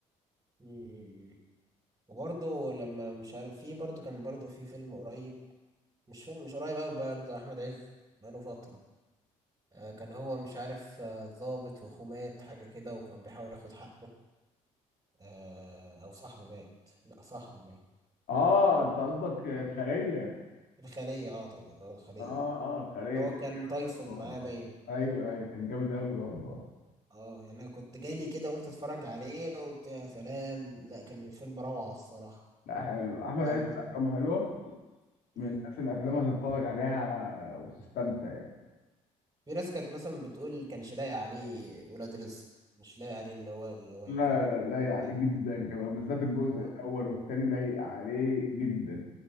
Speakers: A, on the right; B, on the left.
A: امم وبرضه لما مش عارف في برضه كان برضه في فيلم قريب مش فيلم مش قريب قوي برضه احمد عز بقاله فترة آه كان هو مش عارف آه، ضابط واخوه مات حاجة كده وكان بيحاول ياخد حقه آه او صاحبه مات لا صاحبه مات
B: اه انت قصدك الخليه
A: الخلية اه اعتقد اه الخلية
B: اه اه الخليه
A: اللي هو
B: كان
A: كان تايسون
B: برضه.
A: معاه باين
B: ايوه
A: هت-
B: ايوه كان جامد قوي برضه
A: اه يعني انا كنت جالي كده قلت اتفرج عليه قلت يا سلام لا كان الفيلم روعة الصراحة
B: لا حلو احمد
A: لا
B: عز
A: من
B: افلامه حلوه
A: مم.
B: من الناس اللي افلامها تتفرج عليها وتستمتع يعني
A: في ناس كانت مثلا بتقول كانش لاقي عليه ولاد رزق مش لاقي عليه اللي هو اللي هو يكون
B: لا لايق
A: هو
B: عليه
A: يعني
B: جدا
A: كده.
B: كمان بالذات الجزء
A: هو
B: الاول والتاني لايق عليه جدا